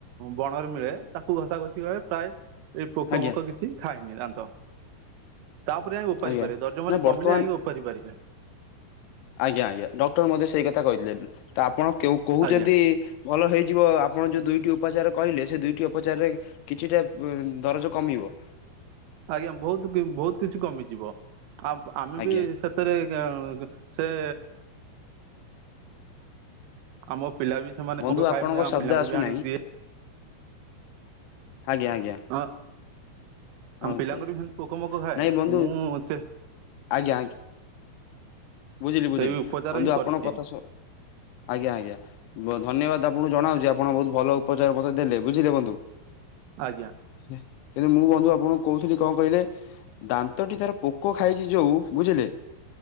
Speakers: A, on the right; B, on the left.
A: ବଣରେ ମିଳେ ତାକୁ ଘଷା ଘଷି ଅଏ ପ୍ରାୟ ଏଇ ପୋକ
B: ଆଜ୍ଞା
A: ମୋକ
B: ଆଜ୍ଞା
A: କିଛି ଛି ଖାଇନି ଦାନ୍ତ ତାପରେ ଯାଇଁ ଓପାରି
B: ଆଜ୍ଞା
A: ପାରିବେ ଦର୍ଜ ମର୍ଜ
B: ନା ବର୍ତ୍ତମାନ
A: କମିଲେ ଯାଇଁ ଓପାରି ପାରିବେ।
B: ଆଜ୍ଞା ଆଜ୍ଞା ଡକ୍ଟର ମତେ ସେଇ କଥା କହିଥିଲେ ତା ଆପଣ କେଁଉ କହୁଛନ୍ତି
A: ଆଜ୍ଞା
B: ଭଲ ହେଇଯିବ ଆପଣ ଯୋଉ ଦୁଇଟି ଉପଚାର କହିଲେ ସେ ଦୁଇଟି ଉପଚାରରେ କିଛିଟା ପ ଦରଜ କମିବ?
A: ଆଜ୍ଞା ବହୁତ କି ବହୁତ କିଛି କମିଯିବ ଆପ ଆମେ
B: ଆଜ୍ଞା
A: ବି ସେତ ରେ <unintelligible> ସେ ଆମ ପିଲା ବି ସେମାନେ
B: ବନ୍ଧୁ
A: କପୋକ
B: ଆପଣଙ୍କ
A: ଖାଏ ମୁଁ ଆମ
B: ଶବ୍ଦ
A: ପିଲାଙ୍କୁ
B: ଆସୁନାହିଁ
A: ବି ଆଣି ଦିଏ।
B: ଆଜ୍ଞା ଆଜ୍ଞା
A: ହଁ, ଆମ
B: ଆଚ୍ଛା।
A: ପିଲାଙ୍କର ବି ସେମି ତି ପୋକ ମୋକ ଖାଏ
B: ନାଇଁ ବନ୍ଧୁ
A: ମୁଁ ସେ
B: ଆଜ୍ଞା ଆଜ୍ଞା ବୁଝିଲି ବୁଝିଲି
A: ସେଇ ଉପଚାର
B: ବନ୍ଧୁ
A: ହିଁ
B: ଆପଣଙ୍କ
A: କରିଛି
B: କଥା ସ ଆଜ୍ଞା ଆଜ୍ଞା। ବ ଧନ୍ୟବାଦ ଆପଣଙ୍କୁ ଜଣାଉଛି ଆପଣ ବହୁତ ଭଲ ଉପଚାର ମତେ ଦେଲେ ବୁଝିଲେ ବନ୍ଧୁ।
A: ଆଜ୍ଞା
B: ହେ ଏଯେ ମୁଁ ବନ୍ଧୁ ଆପଣଙ୍କୁ କହୁଥିଲି କଣ କହିଲେ ଦାନ୍ତଟି ତାର ପୋକ ଖାଇଛି ଯୋଉ ବୁଝିଲେ